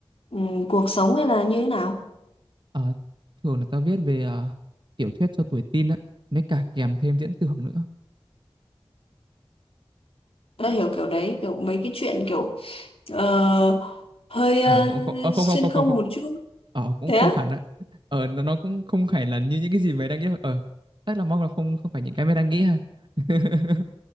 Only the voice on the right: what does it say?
Ờ, thường là tao viết về ờ, tiểu thuyết cho tuổi teen á. Mới cả kèm thêm viễn tưởng nữa
ờ
cũng không ờ, không
không không
không không
ờ cũng
không
hẳn á ờ nó, nó cũng không phải là như những cái gì mày đang nghĩ đâu. ờ chắc là mong là không không phải những cái mày đang nghĩ ha <laughs>